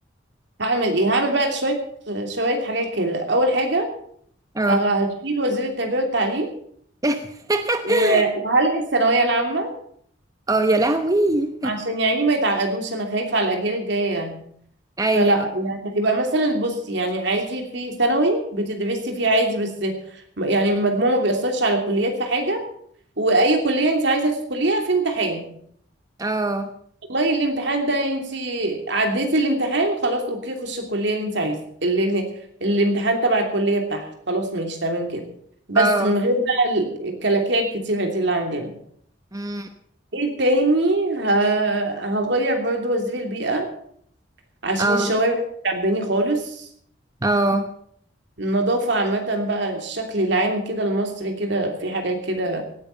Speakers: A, on the right; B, on the right.
A: هعمل ايه هعمل بقى شويه شويه حاجات كده اول حاجه
B: اه
A: آه، هشيل وزير التربيه والتعليم
B: <laughs>
A: و- وهلغي الثانويه العامه
B: اه يا لهوي
A: عشان يعني ما يتعقدوش انا خايفه على الاجيال الجايه يعني
B: ايوه
A: فلا يعني هيبقى مثلا بصي يعني عادي في ثانوي بتدرسي فيه عادي بس م- يعني المجموع ما بيأثرش على كليات في حاجه واي كليه انت عايزه تدخليها في امتحان
B: اه
A: والله الامتحان ده انت عديتي الامتحان خلاص اوكي خشي الكليه اللي انت عايزه اللي الامتحان تبع الكليه بتاعها خلاص ماشي تمام كده بس
B: اه
A: من غير بقى ال- الكلاكيع الكتيره دي اللي عندنا
B: أمم.
A: ايه تاني ه... هغير برضو وزير البيئه عشان
B: اه
A: الشوارع مش عجباني خالص
B: اه
A: النظافه عامه بقى الشكل العام كده المصري كده في حاجات كده